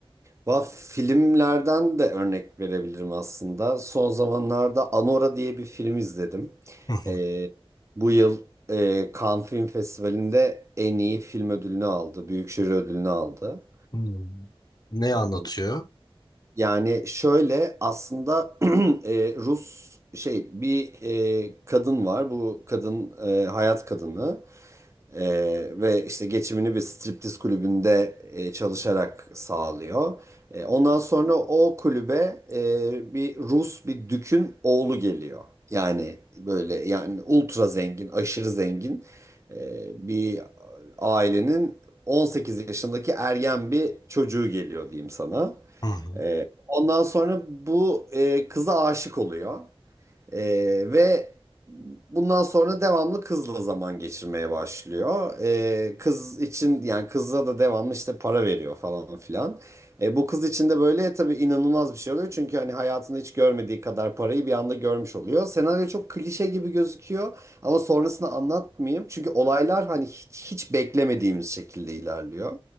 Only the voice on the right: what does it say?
va filmlerden de örnek verebilirim aslında. Son zamanlarda Anora diye bir film izledim.
Ee, bu yıl e, Cannes Film Festivali'nde en iyi film ödülünü aldı, büyük jüri ödülünü aldı.
Ee,
yani şöyle aslında <clears throat> e, Rus şey bir e, kadın var, bu kadın e, hayat kadını. Ee, ve işte geçimini bir striptiz kulübünde e, çalışarak sağlıyor. E, ondan sonra o kulübe e, bir Rus bir dükün oğlu geliyor. Yani böyle yani ultra zengin, aşırı zengin e, bir ailenin 18 yaşındaki ergen bir çocuğu geliyor diyeyim sana.
E, ondan sonra bu e, kıza aşık oluyor. Ee, ve bundan sonra devamlı kızla zaman geçirmeye başlıyor. Ee, kız için yani kızla da devamlı işte para veriyor falan filan. Ee, bu kız için de böyle tabii inanılmaz bir şey oluyor. Çünkü hani hayatında hiç görmediği kadar parayı bir anda görmüş oluyor. Senaryo çok klişe gibi gözüküyor ama sonrasını anlatmayayım. Çünkü olaylar hani hiç, hiç beklemediğimiz şekilde ilerliyor.